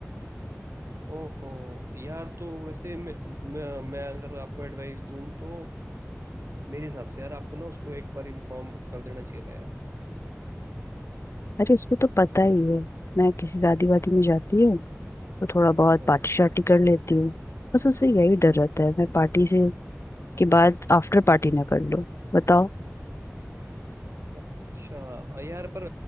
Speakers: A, on the right; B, on the left.
A: ओहो यार तो वैसे मैं मैं, मैं अगर आपको एडवाइस दूं तो मेरे हिसाब से यार आपको ना उसको एक बार इन्फॉर्म कर देना चाहिए था यार
B: अरे उसको तो पता ही है मैं किसी शादी वादी में जाती हूँ तो थोड़ा बहुत
A: हाँ
B: पार्टी शार्टी कर लेती हूँ बस उससे यही डर रहता है मैं पार्टी से के बाद आफ्टर पार्टी ना कर लूँ बताओ
A: अच्छा अ, यार पर